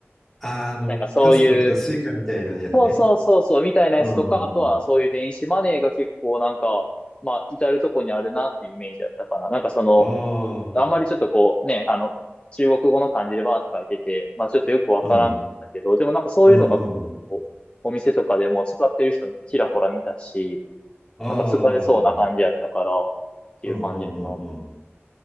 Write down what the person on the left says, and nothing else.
なんかそういうそうそうそうそう、みたいなやつとか、
あとはそういう電子マネーが結構なんか、まあ、至るとこにあるなっていうイメージだったかな。なんかその、
あんまりちょっとこうね、あの、中国語の漢字でバーって書いてて、まあちょっとよくわからんかったけど、
でもなんかそういうのが結構こう、
お店とかでも使ってる人ちらほら見たし、
なんか使えそうな感じやったから、っていう感じやな。